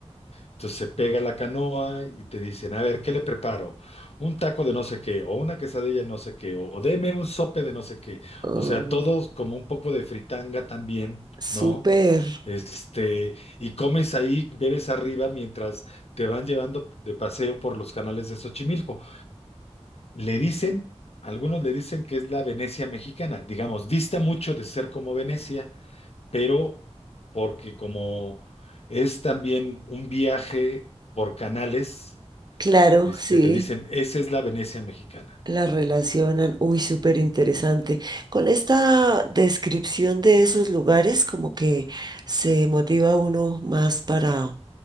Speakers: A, on the left (about 65°); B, on the right (about 40°).
A: Entonces se pega la canoa y te dicen, a ver, ¿qué le preparo? Un taco de no sé qué, o una quesadilla de no sé qué, o deme un sope de no sé qué.
B: Ah,
A: O sea, todos como un poco de fritanga también,
B: súper.
A: ¿no? Este, y comes ahí, bebes arriba mientras te van llevando de paseo por los canales de Xochimilco. Le dicen, algunos le dicen que es la Venecia mexicana, digamos, dista mucho de ser como Venecia, pero porque como es también un viaje por canales,
B: Claro,
A: este,
B: sí.
A: le dicen, esa es la Venecia mexicana.
B: La relacionan, uy, súper interesante. Con esta descripción de esos lugares, como que se motiva uno más para,